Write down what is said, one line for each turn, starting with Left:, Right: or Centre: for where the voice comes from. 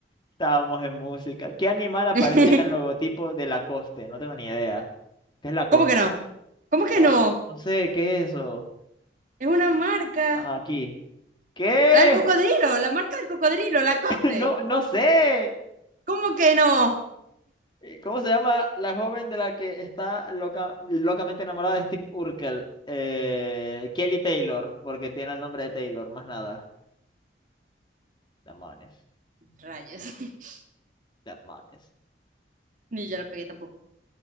Left: Estábamos en música. ¿Qué animal aparece
Right: <laughs>
Left: en el logotipo de Lacoste? No tengo ni idea. ¿Qué es Lacoste?
Right: ¿Cómo que no? ¿Cómo que
Left: No,
Right: no?
Left: no sé, ¿qué es eso?
Right: Es una marca.
Left: Ah, Aquí. ¿Qué?
Right: La del cocodrilo, la marca del cocodrilo, la coste.
Left: <laughs> No, no sé.
Right: ¿Cómo que no?
Left: ¿Cómo se llama la joven de la que está loca, locamente enamorada de Steve Urkel? Eh, Kelly Taylor, porque tiene el nombre de Taylor, más nada. Demonios,
Right: Rayos. <laughs>
Left: demonios.
Right: Ni yo la pegué tampoco.